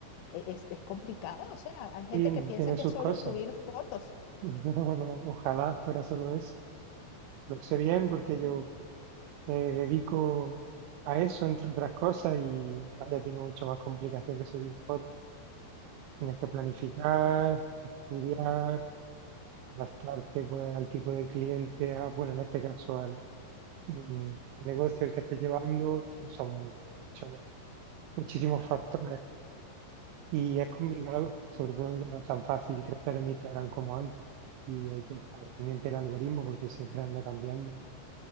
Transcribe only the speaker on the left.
e- Es, es complicado, o sea, hay gente
que piensa
que
es solo
subir
fotos.
Y,